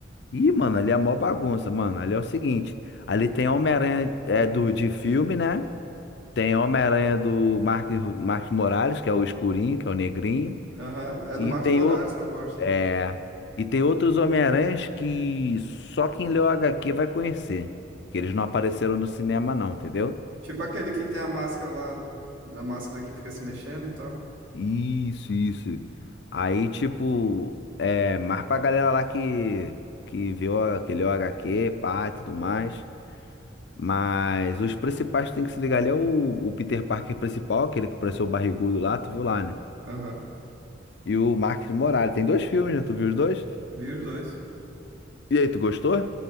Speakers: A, on the left; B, on the right.
A: Ih, mano, ali é mó bagunça, mano. Ali é o seguinte: ali tem Homem-Aranha é, do, de filme, né? Tem Homem-Aranha do Mark, Mark Morales, que é o escurinho, que é o negrinho.
B: Aham. É
A: E
B: do Marcos
A: tem
B: Morales
A: o.
B: que eu gosto.
A: É. E tem outros Homem-Aranhas que só quem leu H Q vai conhecer. Que eles não apareceram no cinema, não, entendeu?
B: Tipo aquele que tem a máscara lá, a máscara que fica se mexendo e tal.
A: Isso, isso. Aí, tipo, é mais pra galera lá que, que viu aquele HQ, pá, e tudo mais. Mas os principais que tem que se ligar ali é o, o Peter Parker principal, aquele que pareceu o barrigudo lá, tu viu lá, né?
B: Aham.
A: E o Marcos Morales. Tem dois filmes, né? Tu viu os dois?
B: Vi os dois.
A: E aí, tu gostou?